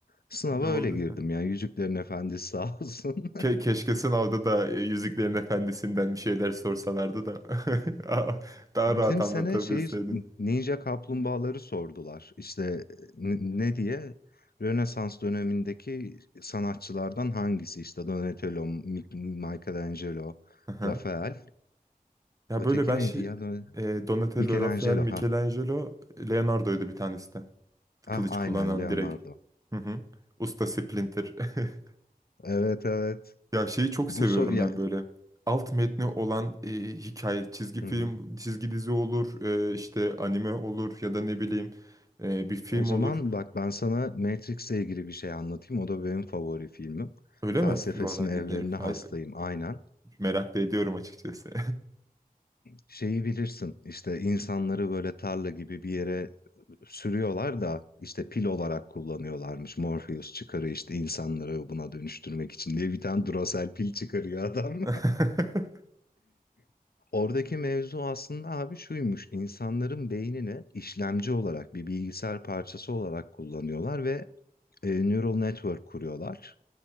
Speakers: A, on the left; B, on the right.
A: Sınava
B: Ne oldu?
A: öyle girdim yani Yüzüklerin Efendisi <laughs> sağ olsun.
B: Ke- keşke sınavda da e, Yüzüklerin Efendisi'nden bir şeyler sorsalardı da <laughs> daha daha
A: Bizim
B: rahat anlatabilseydim.
A: sene şey Ninja Kaplumbağaları sordular. İşte e, n- ne diye? Rönesans dönemindeki sanatçılardan hangisi? İşte Donatello, Mi- Michelangelo,
B: Aha.
A: Rafael.
B: Ya
A: Öteki
B: böyle ben
A: neydi
B: şey
A: ya? Dö-
B: e, Donatello,
A: Michelangelo
B: Rafael, Michelangelo,
A: ha.
B: Leonardo'ydu bir tanesi de.
A: Ah
B: Kılıç
A: aynen
B: kullanan
A: Leonardo.
B: direkt. Hı hı. Usta Splinter. <laughs>
A: Evet evet.
B: Ya şeyi çok
A: Bu
B: seviyorum
A: so ya
B: ben böyle. Alt metni olan e, hikaye, çizgi
A: Hı
B: film,
A: hı.
B: çizgi dizi olur, e, işte anime olur ya da ne bileyim e, bir film
A: O zaman
B: olur.
A: bak ben sana Matrix'le ilgili bir şey anlatayım. O da benim favori filmim.
B: Öyle
A: Felsefesine,
B: mi? Valla
A: evrenine
B: dinlerim. Hay-
A: hastayım. Aynen.
B: Merak da ediyorum açıkçası.
A: şeyi bilirsin işte insanları böyle tarla gibi bir yere sürüyorlar da işte pil olarak kullanıyorlarmış. Morpheus çıkarıyor işte insanları buna dönüştürmek için diye bir tane Duracell pil çıkarıyor adam.
B: <laughs>
A: <laughs> Oradaki mevzu aslında abi şuymuş. insanların beynini işlemci olarak bir bilgisayar parçası olarak kullanıyorlar ve e, neural network kuruyorlar.